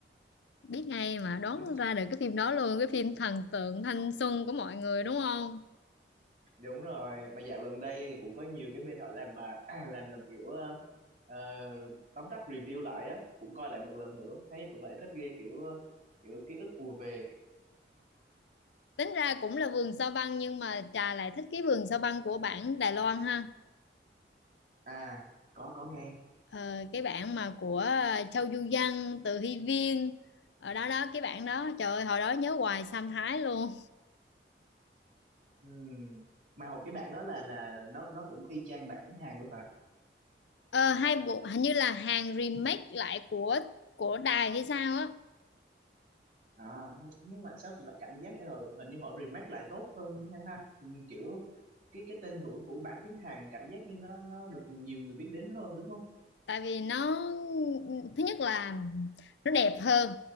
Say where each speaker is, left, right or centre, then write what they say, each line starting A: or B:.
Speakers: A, on the left (about 80°); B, on the right (about 50°).
A: biết ngay mà đoán
B: Ừ.
A: ra được cái phim đó luôn cái phim thần tượng thanh xuân của mọi người đúng không
B: đúng rồi mà dạo gần đây cũng có nhiều cái bên họ làm mà <clears throat> làm làm kiểu ờ, ờ, tóm tắt review lại á cũng coi lại một lần nữa thấy cũng lại thích ghê kiểu ờ, kiểu ký ức ùa về
A: tính ra cũng là vườn sao băng nhưng mà trà lại thích cái vườn sao băng của bản Đài Loan ha
B: à có có nghe
A: ờ, cái bản mà của ờ, Châu Du Văn Từ Hy Viên ở đó đó cái bản đó trời ơi hồi đó nhớ hoài Sam Thái luôn
B: Ừm, mà hồi cái bạn đó là là nó nó cũng y chang bản hàng luôn hả
A: ờ, hai bộ hình như là hàng remake lại của của đài hay sao á
B: à nh- nhưng mà sao là cảm giác ờ, hình như họ remake lại tốt hơn hay ha Ừm, kiểu cái cái tên tuổi của bản tiếng Hàn cảm giác như nó nó được nhiều người biết đến hơn đúng không
A: tại vì nó thứ nhất là nó đẹp hơn